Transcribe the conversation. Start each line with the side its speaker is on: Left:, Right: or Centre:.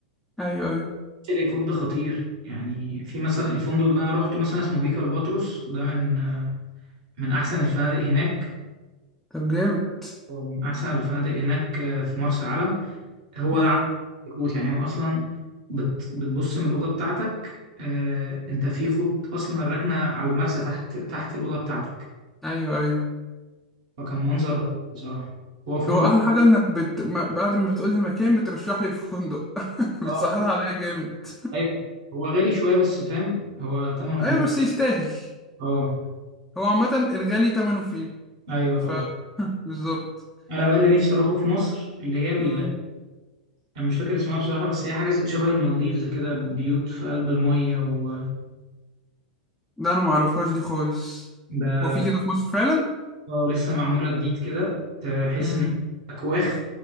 Centre: ايوه ايوه
Right: شاليه كود ده خطير يعني في مثلا الفندق اللي انا روحته مثلا اسمه بيكا الباتروس ده من آه، من احسن الفنادق هناك
Centre: طب جامد
Right: أو من احسن الفنادق هناك آه، في مرسى علم هو
Centre: مم.
Right: ده كوت يعني هو اصلا بت بتبص من الاوضه بتاعتك آه انت في خط اصلا راكنه على المرسى تحت تحت الاوضه بتاعتك
Centre: ايوه ايوه
Right: فكان منظر رهيب بصراحه هو فندق
Centre: هو احلى حاجه انك بت... ما- بعد ما بتقولي المكان بترشح لي الفندق <laughs> بتسهلها
Right: اه
Centre: عليا جامد
Right: ايوه هو غالي شويه بس فاهم هو ثمنه
Centre: <laughs>
Right: فيه
Centre: ايوه بس يستاهل
Right: اه
Centre: هو عامه الغالي تمنه فيه
Right: ايوه
Centre: ف
Right: طبعا
Centre: <laughs> بالظبط
Right: انا بقى اللي نفسي اروحه في مصر اللي هي الساحل
Centre: مم.
Right: انا مش فاكر اسمها بصراحة بس هي حاجة شبه المالديفز كده بيوت في قلب المية و
Centre: ده انا ما اعرفهاش دي خالص
Right: ده
Centre: هو في كده في مصر فعلا
Right: اه لسه معمولة جديد كده تحس
Centre: مم.
Right: ان اكواخ